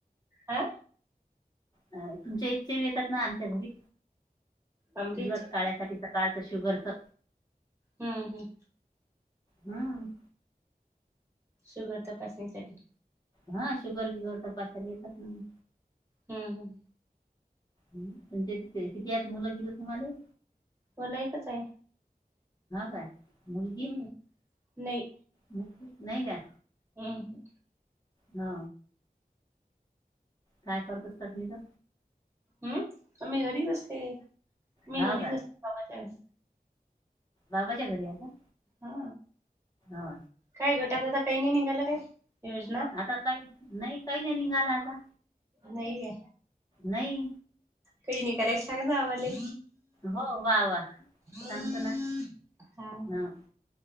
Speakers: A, on the right (about 15°); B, on the left (about 25°).
A: हा
B: अ तुमच्या इच्छ ब येतात ना आमच्या घरी
A: आमची इच्छा
B: उलट काळसाठी सकाळ शुगर तर
A: हम्म हम्म
B: हम्म
A: शुगर तपासणीसाठी
B: हा शुगर किगर तर पाशाला येतात नाही
A: हम्म हम्म
B: तुमच्या किती आत मुलं गेलं तुम्हाला
A: मला एकच आहे
B: का मुलगी
A: हम् नाही
B: मुलगी? नाही का
A: हम् हम
B: हा काय करतस तस नि तर
A: हम्म मी घरीच असते मी
B: हो
A: घरीच असते बाबा त्यावे
B: बाबा गर या का
A: हा
B: हो
A: काय घटात आता काही नाही निघालं काय योजना
B: आता काही नाही काही नाही निघाला आता
A: नाही ग
B: नाही
A: काही नाही का सता मले
B: हो वा वा
A: हा
B: सांगतो ना ह